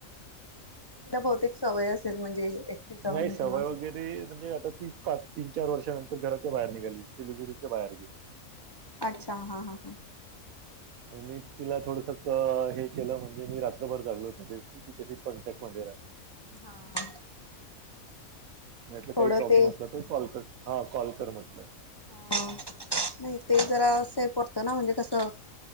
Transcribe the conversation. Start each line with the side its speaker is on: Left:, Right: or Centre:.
Left: तिला बहुतेक सवय असेल म्हणजे जाऊन
Right: नाही सवय
Left: किंवा असं
Right: वगैरे म्हणजे आता ती तीन चार वर्षानंतर घराच्या बाहेर निघाली सिलगुडीच्या बाहेर गेली.
Left: अच्छा हा हां हां.
Right: मीच तिला थोडस हे केलं म्हणजे मी रात्रभर जागलो त्या दिवशी तिच्याशी कॉन्टॅक्टमध्येध्ये राहि
Left: हा
Right: मी म्हटलं
Left: थोडं
Right: काही प्रॉब्लेम
Left: ते
Right: असला कॉल कर हा कॉल कर म्हटलं.
Left: हा नाही ते जरा अस हे पडतं ना म्हणजे कसं?